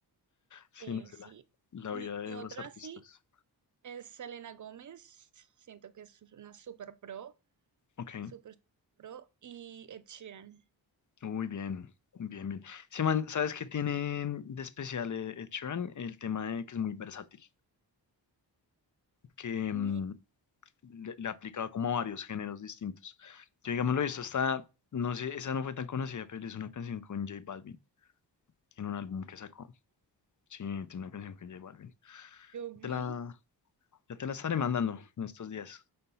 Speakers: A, on the left (about 45°); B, on the right (about 45°).
A: Sí,
B: eh,
A: no sé,
B: sí.
A: la, la
B: Mi
A: vida de
B: mi otra
A: los artistas.
B: sí es Selena Gómez, siento que es una super pro,
A: Ok,
B: super, super pro, y Ed Sheeran.
A: muy bien, bien, bien. Sí, man, ¿sabes qué tiene de especial eh, Ed Sheeran? El tema de que es muy versátil. que
B: Y
A: mm, le, le ha como a varios géneros distintos. Yo, digamos, lo he visto hasta, no sé, esa no fue tan conocida, pero es una canción con J Balvin en un álbum que sacó. Sí, tiene una canción con J Balvin.
B: yo vi
A: Te la, ya te la estaré mandando en estos días